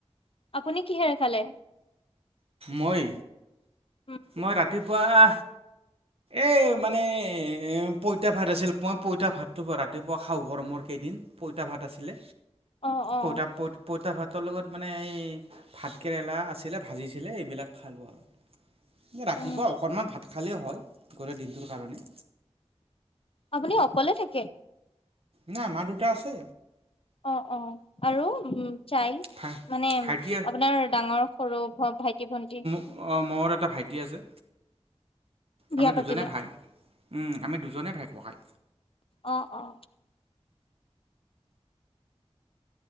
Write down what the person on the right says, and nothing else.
মই,
মই ৰাতিপুৱা এই মানে পইতা ভাত আছিল, পই পইতা ভাতটো ৰাতিপুৱা খাওঁ গৰমৰ কেইদিন। পইতা ভাত আছিলে।
পইতা প-পইতা ভাতৰ লগত মানে এই ভাত কেৰেলা আছিলে, ভাজিছি চিলে এইবিলাক খালোঁ আৰু ৰাতিপুৱা
অকণমান ভাত খালেই হয়। কৰে দিনটোৰ কাৰণে।
নাই, মা-দেউতা আছে।
ভা
ভাইটি
অ', মোৰ এটা ভাইটি আছে।
আমি
দুজনে ভাই, উম আমি দুজনেই ভাই ককাই।